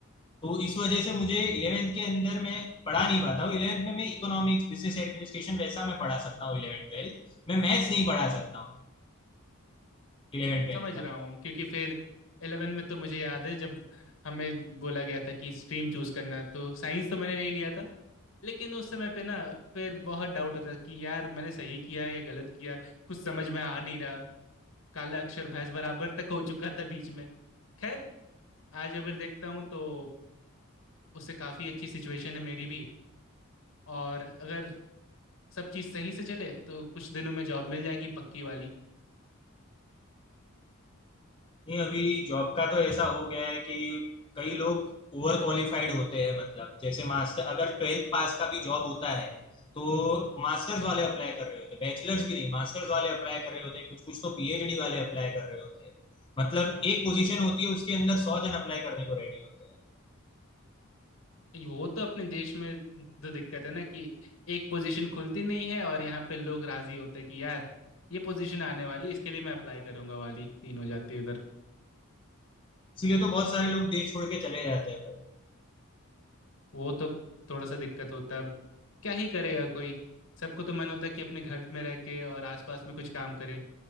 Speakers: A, on the left; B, on the left.
A: तो इस वजह से मुझे इलेवेंथ के अंदर मैं पढ़ा नहीं पाता हूँ इलेवेंथ में मैं इकोनॉमिक्स बिजनेस एडमिनिस्ट्रेशन वैसा मैं पढ़ा सकता हूँ इलेवेंथ ट्वेल्थ मैं मैथ्स नहीं पढ़ा सकता हूँ इलेवेंथ ट्वेल्थ
B: समझ
A: का
B: रहा हूँ क्योंकि फिर इलेवन में तो मुझे याद है जब हमें बोला गया था कि स्ट्रीम चूज करना है, तो साइंस तो मैंने ले लिया था लेकिन उस समय पे ना फिर बहुत डाउट होता कि यार मैंने सही किया या गलत किया कुछ समझ में आ नहीं रहा काला अक्षर भैंस बराबर तक हो चुका था बीच में खैर आज अगर देखता हूँ तो उससे काफ़ी अच्छी सिचुएशन है मेरी भी और अगर सब चीज़ सही से चले तो कुछ दिनों में जॉब मिल जाएगी पक्की वाली
A: नहीं अभी जॉब का तो ऐसा हो गया है कि कई लोग ओवर क्वालिफाइड होते हैं मतलब जैसे मास्टर अगर ट्वेल्थ पास का भी जॉब होता है तो मास्टर्स वाले अप्लाई कर रहे होते हैं बैचलर्स भी नहीं मास्टर्स वाले अप्लाई कर रहे होते हैं कुछ कुछ तो पीएचडी वाले अप्लाई कर रहे होते हैं मतलब एक पोजीशन होती है उसके अंदर सौ जन अप्लाई करने को रेडी होते हैं
B: वो तो अपने देश में तो दिक्कत है ना कि एक पोजीशन खुलती नहीं है और यहाँ पे लोग राजी होते कि यार ये पोजीशन आने वाली इसके लिए मैं अप्लाई करूंगा वाली सीन हो जाती है उधर
A: इसीलिए तो बहुत सारे लोग देश छोड़ के चले जाते हैं भाई
B: वो तो थोड़ा सा दिक्कत होता है अब क्या ही करेगा कोई सबको तो मन होता है कि अपने घर में रह के और आसपास में कुछ काम करे